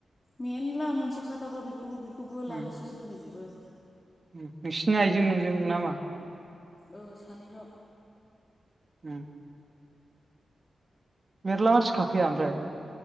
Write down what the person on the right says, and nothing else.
उम
उम नोंसिनि आइजों नोंजों नामा?
उम मेरला मानसि खाफैया ओमफ्राय?